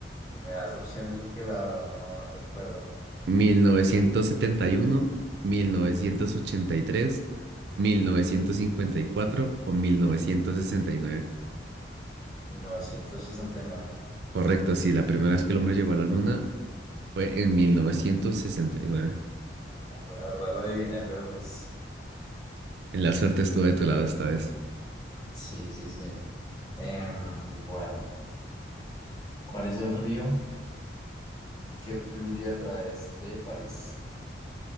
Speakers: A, on the left; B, on the right.
A: Y me das opciones porque la verdad no recuerdo.
B: Mil mil mil novecientos novecientos novecientos setenta y y uno, mil novecientos ochenta y tres, mil novecientos cincuenta y cuatro o 1969.
A: novecientos sesenta y nueve
B: Correcto, sí, la primera vez que el hombre llegó a la luna fue en 1969.
A: La verdad lo adiviné, pero pues.
B: En la suerte estuve de tu lado esta vez.
A: Sí, sí, sí. Em, bueno, ¿cuál es el río que fluye a través de París?